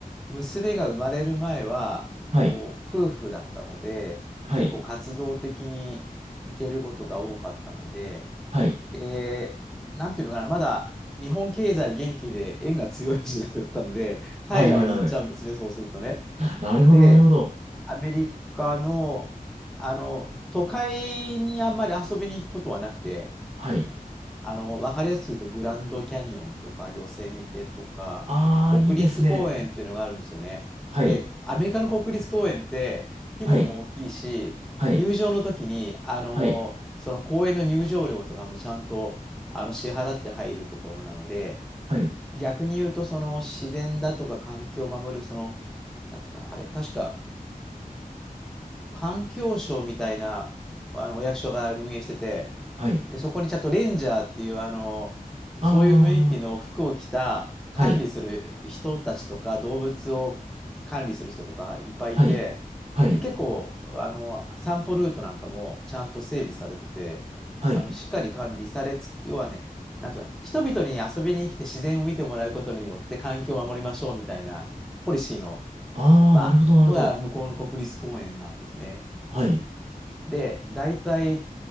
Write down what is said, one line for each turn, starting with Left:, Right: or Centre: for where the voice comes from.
Centre: 娘が生まれる前は、
Right: はい。
Centre: こう、夫婦だったので、
Right: はい。
Centre: 結構活動的に行けることが多かったので、
Right: はい。
Centre: で、なんていうのかな、まだ日本経済元気で円が強い時代だったので、海外に行っちゃうんですね、
Right: はいはいはい。
Centre: そうするとね。
Right: なるほど、
Centre: で、
Right: なるほど。
Centre: アメリカの、あの、都会にあんまり遊びに行くことはなくて、
Right: はい。
Centre: あの、わかりやすく言うと、グランドキャニオンとか、ヨセミテとか、
Right: ああ、
Centre: 国立公園っていうのがあるんですよね。
Right: いいですね。はい。
Centre: で、アメリカの国立公園って、規模も大きいし、
Right: はい。はい。
Centre: 入場の時に、あの、
Right: はい。
Centre: その公園の入場料とかもちゃんと、あの、支払って入るところなので、
Right: はい。
Centre: 逆に言うと、その自然だとか環境を守る、その、なんとかな、あれ、確か、環境省みたいな、あの、お役所が運営してて、
Right: はい。
Centre: で、そこにちゃんとレンジャーっていう、あの、
Right: あ
Centre: そういう雰囲気の服を着た管理する人たちとか、
Right: あ、はい。
Centre: 動物を管理する人とかいっぱいいて、
Right: はい。はい。
Centre: で、結構、あの、散歩ルートなんかもちゃんと整備されてて、
Right: はい。
Centre: あの、しっかり管理されつつ、要はね、なんとか、人々に遊びに来て自然を見てもらうことによって環境を守りましょうみたいなポリシーの、
Right: ああ、
Centre: まあ、
Right: なるほど、なるほど。
Centre: のが向こうの国立公園なんですね。
Right: はい。
Centre: で、大体